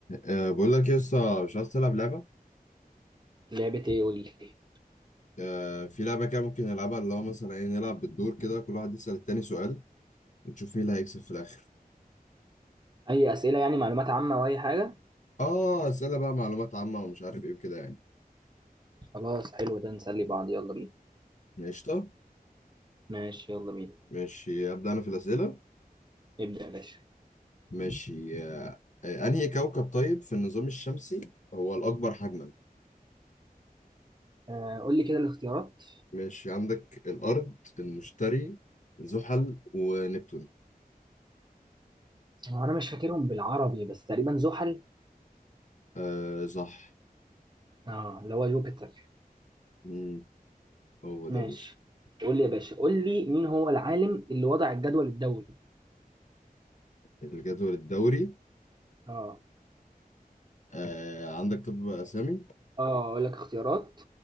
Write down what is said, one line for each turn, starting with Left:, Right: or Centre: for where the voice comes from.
Left: أه بقول لك لسه مش عايز تلعب لعبة
Right: لعبة ايه قول لي
Left: أه في لعبة كده ممكن نلعبها اللي هو مثلا ايه نلعب بالدور كده كل واحد يسأل التاني سؤال ونشوف مين اللي هيكسب في الآخر
Right: اي اسئلة يعني معلومات عامة او اي حاجة
Left: اه أسئلة بقى معلومات عامة ومش عارف ايه وكده يعني
Right: خلاص حلو ده نسلي بعض يلا بينا
Left: قشطة
Right: ماشي يلا بينا
Left: ماشي أبدأ أنا في الأسئلة
Right: ابدأ يا باشا
Left: ماشي أه آه، أنهي كوكب طيب في النظام الشمسي هو الأكبر حجما
Right: آه قول لي كده الاختيارات
Left: ماشي عندك الأرض المشتري زحل ونبتون
Right: هو انا مش فاكرهم بالعربي بس تقريبا زحل
Left: أه صح
Right: اه اللي هو جوبيتر
Left: مم، هو
Right: ماشي
Left: ده يا باشا
Right: قول لي يا باشا قول لي مين هو العالم اللي وضع الجدول الدوري
Left: الجدول الدوري
Right: اه
Left: آه عندك طب أسامي
Right: اه اقول لك اختيارات